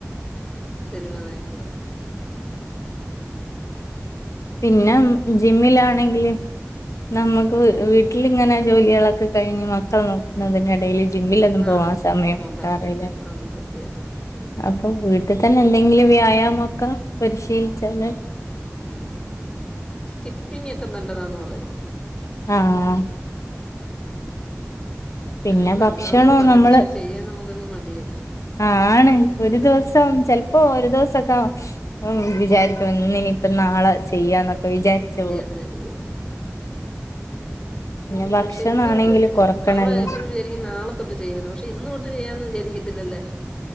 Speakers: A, on the left; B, on the left.
A: തെരുവു നായ്ക്കള
B: പിന്നെ ജിമ്മിലാണെങ്കില് നമുക്ക് വീട്ടിലിങ്ങനെ ജോലിയേ ളൊക്കെ കഴിഞ്ഞ് മക്കളെ നോക്കുന്നതിനിടയിൽ ജിമ്മിലൊന്നും
A: ആ
B: പോവാ സമയം
A: പോകാൻ
B: കിട്ടാറില്ല
A: പറ്റത്തില്ല അത് സത്യമാണ്
B: അപ്പൊ വീട്ടിത്തന്നെ എന്തെങ്കിലും വ്യായാമൊക്കെ പരിശീലിച്ചാല്
A: ഉം സ്കിപ്പിംഗ് ഒക്കെ നല്ലതാന്ന് പറയും
B: ആഹ്
A: ഉം.
B: പിന്നെ
A: അങ്ങനെ നല്ലതാന്നൊക്കെ
B: ഭക്ഷണവും
A: പറയാം
B: നമ്മള്
A: പക്ഷെ ചെയ്യാൻ നമുക്കങ്ങ് മടിയാ
B: ആണ് ഒരു ദിവസം ചിലപ്പോ ഒരു ദിവസൊക്കെ ഉം വിചാരിക്കും ഇന്നിനിയിപ്പ നാളെ ചെയ്യാ എന്നൊക്കെ വിചാരിച്ചോളും
A: ശരിയാ ഉം
B: പിന്നെ ഭക്ഷണാണെങ്കില്
A: പക്ഷെ ഇന്ന്തൊട്ട്
B: കൊറക്കണല്ലോ
A: നമ്മള് എപ്പളും വിചാരിക്കും നാളെ തൊട്ട് ചെയ്യാന്ന് പക്ഷെ ഇന്ന് തൊട്ട് ചെയ്യാംന്ന് വിചാരി ത്തില്ലല്ലാ